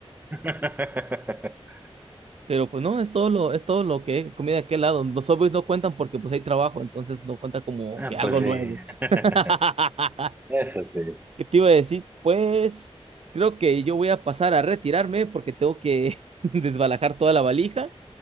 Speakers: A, on the right; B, on the right.
A: <laughs>
B: Pero pues no, es todo lo, es todo lo que comí de aquel lado. Los Subways no cuentan porque pues hay trabajo, entonces no cuenta como
A: Ah,
B: que algo
A: pues sí.
B: nuevo.
A: <laughs>
B: <laughs>
A: Eso sí.
B: ¿Qué te iba a decir? Pues creo que yo voy a pasar a retirarme porque tengo que <laughs> desbalajar toda la valija